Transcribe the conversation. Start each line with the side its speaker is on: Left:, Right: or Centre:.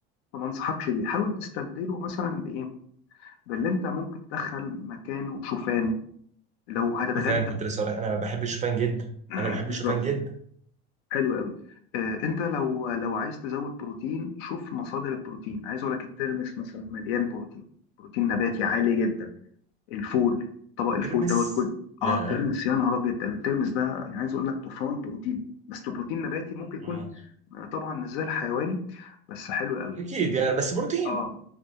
Left: فما انصحكش بيه حاول تستبدله مثلا بايه باللي انت ممكن تدخل مكانه شوفان لو هتتغدى
Right: شوفان كنت لسه اقول لك انا ما بحبش الشوفان جدا
Left: <laughs>
Right: انا بحب
Left: بالظبط
Right: الشوفان جدا
Left: حلو قوي آه انت لو لو عايز تزود بروتين شوف مصادر البروتين عايز اقول لك الترمس مثلا مليان بروتين بروتين نباتي عالي جدا الفول طبق الفول
Right: ترمس
Left: دوت كل
Right: ياه
Left: اه ترمس يا نهار ابيض ده الترمس ده يعني عايز اقول لك طوفان بروتين بس ده بروتين نباتي ممكن يكون
Right: آه.
Left: آه، طبعا مش زي الحيواني بس حلو قوي
Right: اكيد يعني بس بروتين
Left: اه